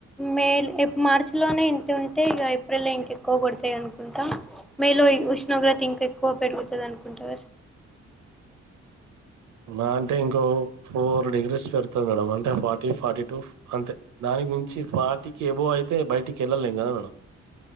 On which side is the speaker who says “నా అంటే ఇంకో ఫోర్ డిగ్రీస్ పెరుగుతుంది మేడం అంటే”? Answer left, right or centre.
Right